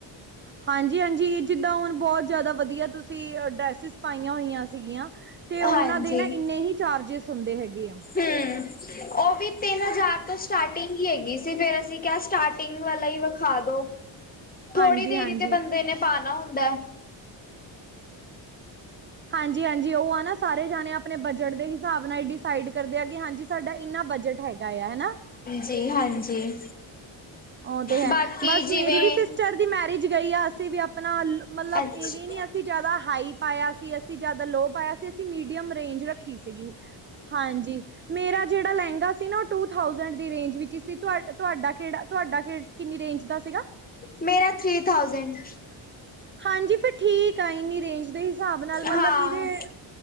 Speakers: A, on the right; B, on the left.
A: ਹਾਂਜੀ- ਹਾਂਜੀ। ਇਹ ਜਿੱਦਾਂ ਹੁਣ ਬਹੁਤ ਜਿਆਦਾ ਵਧੀਆ ਤੁਸੀਂ ਡ੍ਰੈਸਿਸ ਪਾਈਆਂ ਹੋਈਆਂ ਸੀਗੀਆਂ। ਤੇ ਉਹਨਾ
B: ਹਾਂਜੀ।
A: ਦੇ ਨਾ ਇੰਨੇ ਹੀ ਚਾਰਜਿਸ ਹੁੰਦੇ ਹੈਗੇ ਆ
B: ਹੂੰ। ਉਹ ਵੀ ਤਿੰਨ ਹਜ਼ਾਰ ਤੋਂ ਸਟਾਰਟਿੰਗ ਹੀ ਹੈਗੀ ਸੀ ਫੇਰ ਅਸੀਂ ਕਿਹਾ ਸਟਾਰਟਿੰਗ ਵਾਲਾ ਹੀ ਵਿਖਾ ਦੋ।
A: <inaudible>
B: ਥੋੜ੍ਹੀ
A: ਹਾਂਜੀ-ਹਾਂਜੀ।
B: ਦੇਰੀ ਤੇ ਬੰਦੇ ਨੇ ਪਾਣਾ ਹੁੰਦਾ
A: ਹਾਂਜੀ - ਹਾਂਜੀ। ਉਹ ਆ ਨਾ ਸਾਰੇ ਜਾਣੇ ਆਪਣੇ ਬਜਟ ਦੇ ਹਿਸਾਬ ਨਾਲ ਇਡੀ ਸਾਈਡ ਕਰਦੇ ਆ ਕਿ ਹਾਂਜੀ ਸਾਡਾ ਇੰਨਾ ਬਜਟ ਹੈਗਾ ਆ ਹਨਾ
B: ਜੀ ਹਾਂਜੀ।
A: ਉਹ ਤੇ ਹੈ
B: ਬਾਕੀ
A: ਬਸ
B: ਜਿਵੇਂ
A: ਮੇਰੀ ਵੀ ਸ ਚਾਰ ਦੀ ਮੈਰਿਜ ਗਈ ਆ ਅਸੀਂ ਵੀ ਆਪਣਾ ਮਤਲਬ
B: ਅੱਛਾ।
A: ਇਹ ਵੀ ਨੀ ਅਸੀਂ ਅਸੀਂ ਜਿਆਦਾ ਹਾਈ ਪਾਇਆ ਸੀ ਅਸੀਂ ਜਿਆਦਾ ਲੋਅ ਪਾਇਆ ਸੀ ਅਸੀਂ ਮੀਡੀਅਮ ਰੇਂਜ ਰੱਖੀ ਸੀਗੀ ਹਾਂਜੀ ਮੇਰਾ ਜਿਹੜਾ ਲਹਿੰਗਾ ਸੀ ਨਾ ਉਹ ਟੂ ਥਾਸੈਂਡ ਦੀ ਰੇਂਜ ਵਿੱਚ ਸੀ। ਤੁਹਾਡਾ ਕਿਹੜਾ ਤੁਹਾਡਾ ਕਿੰਨੀ ਰੇਂਜ ਦਾ ਸੀਗਾ।
B: ਮੇਰਾ ਥ੍ਰਰੀ ਥਾਊਜੈਂਡ
A: ਹਾਂਜੀ। ਫਿਰ ਠੀਕ ਆ ਇੰਨੀ ਰੇਂਜ ਦੇ ਹਿਸਾਬ ਨਾਲ ਮਤਲਬ
B: ਹਾਂ,
A: ਇਹਦੇ